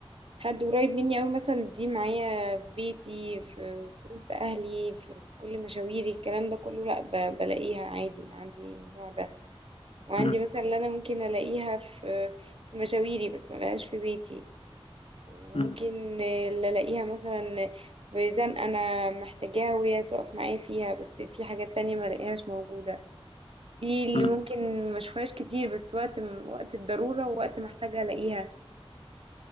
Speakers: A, on the right; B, on the left.
A: حد قريب مني أوي مثلا دي معايا في بيتي في, في وسط اهلي في, في كل مشاويري الكلام ده كله لا ب- بلاقيها عادي عندي النوع ده وعندي
B: امم
A: مثلا اللي انا ممكن الاقيها في في مشاويري بس ما الاقيهاش في بيتي وممكن
B: امم
A: اللي الاقيها مثلا في زنقة انا محتاجاها وهي تقف معايا فيها بس في حاجات تانية ما الاقيهاش موجودة في اللي
B: امم
A: ممكن ما اشوفهاش كتير بس وقت وقت الضرورة ووقت محتاجة الاقيها